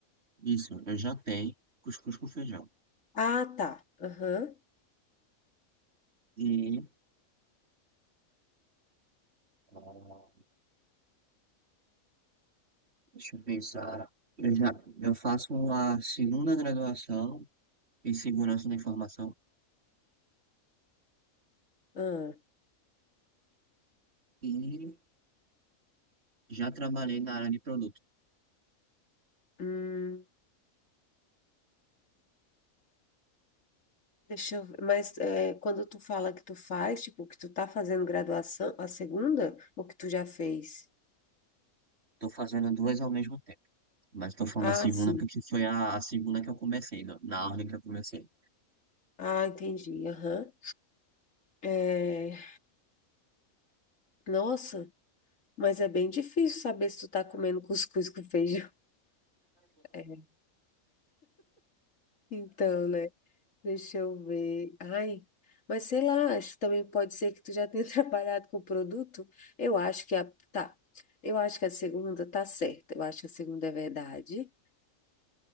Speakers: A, on the right (about 50°); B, on the left (about 65°).
A: isso, eu jantei cuscuz com feijão.
B: Ah, tá. Aham.
A: E, ah, deixa eu pensar, eu já, eu faço a segunda graduação em segurança da informação
B: ah,
A: e já trabalhei na área de produtos.
B: hum. Deixa eu ver. Mas é, quando tu fala que tu faz, tipo, que tu tá fazendo graduação, a segunda, ou que tu já fez?
A: Tô fazendo duas ao mesmo tempo. Mas tô falando
B: Ah,
A: a segunda
B: sim.
A: porque foi a, a segunda que eu comecei, na na ordem que eu comecei.
B: Ah, entendi. Aham. É, nossa, mas é bem difícil saber se tu tá comendo cuscuz com feijão. <laughs> É. Então, né? Deixa eu ver. Ai, mas sei lá, acho que também pode ser que tu já tenha <laughs> trabalhado com o produto. Eu acho que a. Tá. Eu acho que a segunda tá certa. Eu acho que a segunda é verdade.